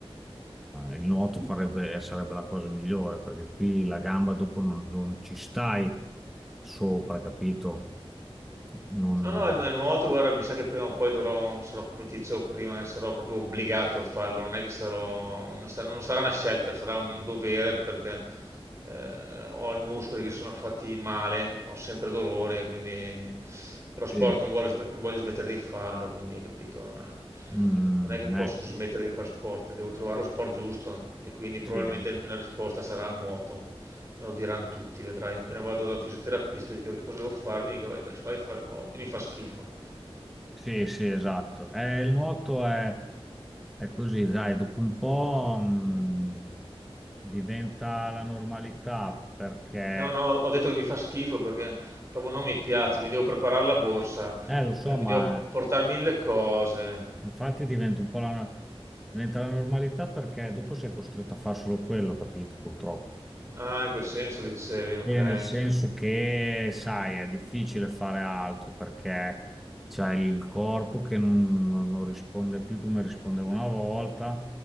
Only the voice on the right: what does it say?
No, no, è è nuoto, guarda, mi sa che prima o poi dovrò, sarò come ti dicevo prima, e sarò proprio obbligato a farlo, non è che sarò, non sarà, non sarà una scelta, sarà un dovere perché eh, ho i muscoli che sono fatti male, ho sempre dolore, quindi però sport
non vuole sm- non voglio smettere di farlo, quindi hai capito?
Non è che posso
smettere di fare sport, devo trovare lo sport giusto e quindi
probabilmente
la risposta sarà nuoto. Me lo diranno tutti, vedrai. Appena vado da un fisioterapista e dico che cosa devo farmi, mi dico vai, vai, vai a fare il nuoto. Mi fa schifo.
No, no, ho detto che mi fa schifo perché proprio non mi piace, mi devo preparare la borsa,
eh, mi
devo portare mille cose.
Ah, in quel senso dicevi, ok.
se-